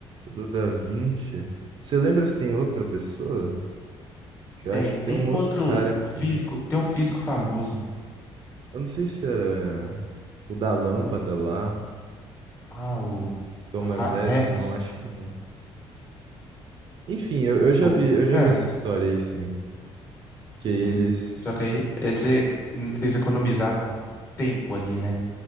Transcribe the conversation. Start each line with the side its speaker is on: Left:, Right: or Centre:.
Right: do Da Vinci. Você lembra se tem outra pessoa? Que
Left: Tem,
Right: eu acho que tem
Left: tem
Right: um
Left: um
Right: outro
Left: outro
Right: cara que tem.
Left: físico, tem um físico famoso,
Right: Eu não sei se era o da lâmpada lá,
Left: ah, o
Right: Thomas
Left: Ha-
Right: Edison,
Left: Hertz
Right: não, acho que não. Enfim, eu, eu já
Left: do
Right: vi, eu já
Left: é,
Right: vi essa história aí, sim. Que
Left: sim.
Right: aí eles.
Left: Só que aí, quer dizer, eles economizavam tempo ali, né?